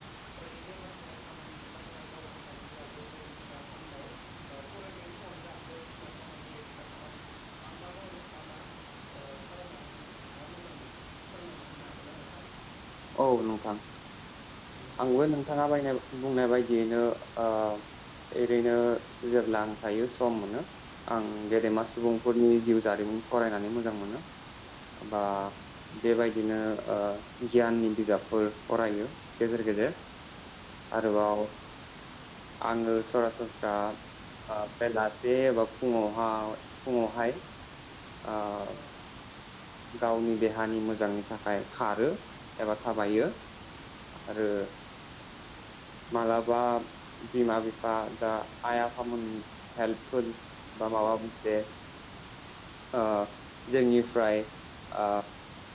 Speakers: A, on the left (about 60°); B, on the left (about 35°).
A: ओरैनो बाहेरा खामानि बाहेरा दावबायनायनि बागै बायदिसिना खामनाय फरायनायनि अनगा बायदिसिना खामानि एक्सट्रा खामानि मा मा मावो मा मा खालामनानै नोङो नोंथाङा मोजां मोनो फोरमायना होनो हागोन ना नोंथां
B: औ नोंथां
A: औ
B: आंबो नोंथाङा बायनाय बुंनाय बायदियैनो ओ एरैनो जेब्ला आं थायो सम मोनो आं गेदेमा सुबुंफोरनि जिउ जारिमिन फरायनानै मोजां मोनो। बा
A: औ
B: बेबायदिनो ओ गियाननि बिजाबफोर फरायो। गेजेर गेजेर आरोबाव आङो सरा सनस्रा बेलासे एबा फुङावहा फुङावहाय ओ
A: औ
B: गावनि देहानि मोजांनि थाखाय खारो एबा थाबायो
A: औ औ औ
B: आरो मालाब बा बिमा बिफा दा आइ आफामोन हेल्पफोर बा माबा मुंसे ओ जोंनिफ्राय ओ